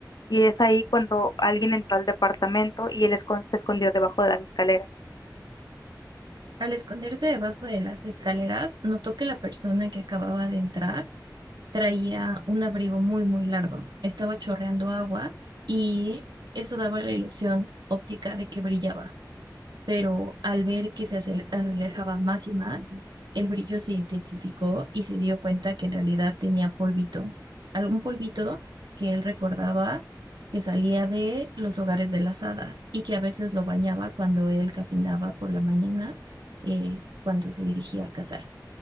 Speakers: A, on the left; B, on the right.
A: Y es ahí cuando alguien entró al departamento y él escon- se escondió debajo de las escaleras.
B: Al esconderse debajo de las escaleras, notó que la persona que acababa de entrar traía un abrigo muy, muy largo. Estaba chorreando agua y eso daba la ilusión óptica de que brillaba. pero al ver que se acer- alejaba más y más, el brillo se intensificó y se dio cuenta que en realidad tenía polvito, algún polvito que él recordaba que salía de los hogares de las hadas y que a veces lo bañaba cuando él caminaba por la mañana, eh, cuando se dirigía a cazar.